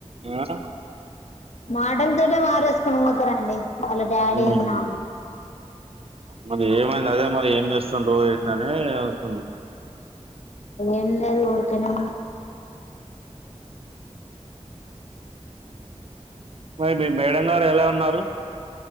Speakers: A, on the right (about 55°); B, on the left (about 75°).
A: ఆ
B: మాటల్ తోట్ ే వారేసుకని పోతారండి వాళ్ళ డాడీ
A: మ్మ్
B: ఉన్న ఆమె
A: మరి ఏమైంది అదే మరి ఏం చేస్ సంటంటనేే తన్నా
B: ఏం లేదు ఊరికేనే ఉన్న
A: మరి మీ మేడం గారు ఎలా ఉన్నారు.